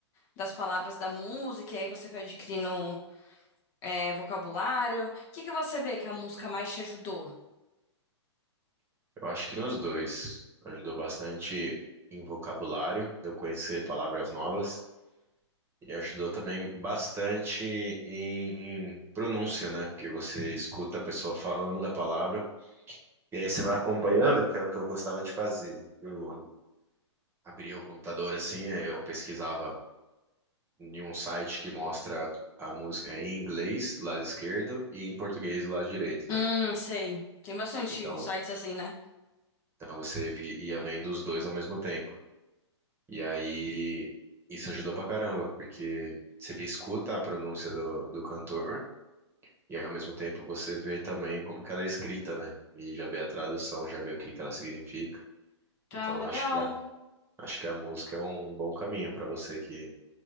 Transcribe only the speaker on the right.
Eu acho que nos dois ajudou bastante em vocabulário, de eu conhecer palavras novas. E ajudou também bastante em pronúncia, né? Porque você escuta a pessoa falando a palavra e aí você vai acompanhando, que é o que eu gostava de fazer. Eu abria o computador assim, aí eu pesquisava em um site que mostra a música em inglês do lado esquerdo e em português do lado direito,
né?
Então,
então você vi- ia vendo os dois ao mesmo tempo. E aí isso ajudou pra caramba, porque você escuta a pronúncia do, do cantor. E ao mesmo tempo você vê também como que ela é escrita, né? E já vê a tradução, já vê o que que ela significa.
Então
acho que a, acho que a música é um bom caminho para você que,